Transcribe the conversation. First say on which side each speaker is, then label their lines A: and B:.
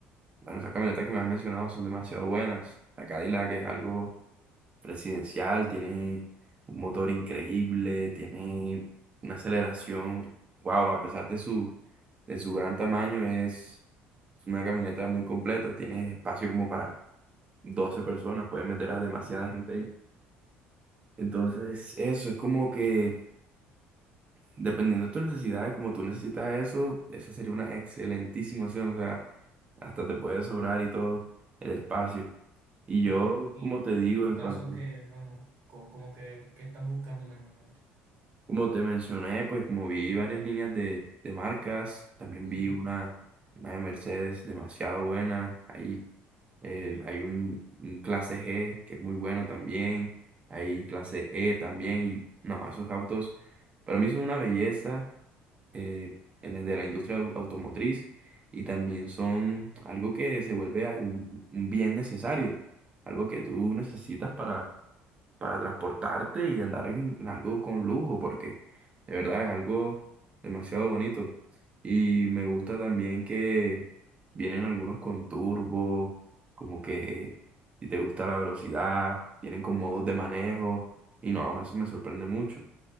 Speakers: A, on the right; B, on the right.
A: Bueno, esas camionetas que me has mencionado son demasiado buenas. La Cadillac es algo presidencial, tiene un motor increíble, tiene una aceleración. Wow, a pesar de su, de su gran tamaño, es, es una camioneta muy completa. Tiene espacio como para 12 personas, puedes meter a demasiada gente ahí. Entonces, eso es como que Dependiendo de tus necesidades, como tú necesitas eso, esa sería una excelentísima opción. O sea, hasta te puede sobrar y todo el espacio. Y
B: Y
A: yo,
B: hermano, y,
A: como te digo,
B: y en tu
A: en
B: caso,
A: cuanto,
B: ¿qué, hermano? Co- Como, que, ¿qué estás buscando en el momento?
A: como te mencioné, pues como vi varias líneas de, de marcas, también
B: Sí,
A: vi una, una de Mercedes demasiado buena. Ahí eh, hay un, un clase G que es muy bueno también. Hay clase E también. Y no, esos autos para mí son una belleza. eh, en el de la industria au- automotriz y también son algo que se vuelve a- un, un bien necesario, algo que tú necesitas para, para transportarte y andar en, en algo con lujo, porque de verdad es algo demasiado bonito. Y me gusta también que vienen algunos con turbo, como que si te gusta la velocidad, vienen con modos de manejo, y no, eso me sorprende mucho.